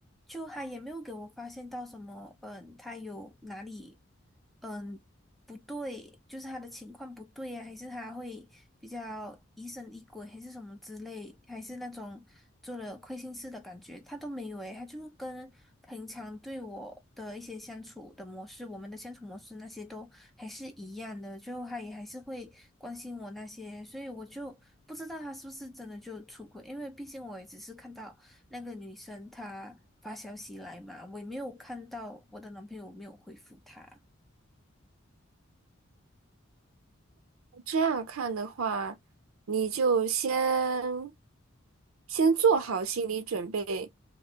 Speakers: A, in the centre; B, on the right.
A: 就他也没有给我发现到什么，嗯，他有哪里。嗯。不对，就是他的情况不对呀、还是他会比较疑神疑鬼，还是什么之类，还是那种做了亏心事的感觉，他都没有诶，他就跟平常对我的一些相处的模式，我们的相处模式那些都还是一样的，就他也还是会关心我那些，所以我就不知道他是不是真的就出轨，因为毕竟我也只是看到那个女生她发消息来嘛，我也没有看到我的男朋友没有回复她。
B: 这样看的话，你就先先做好心理准备，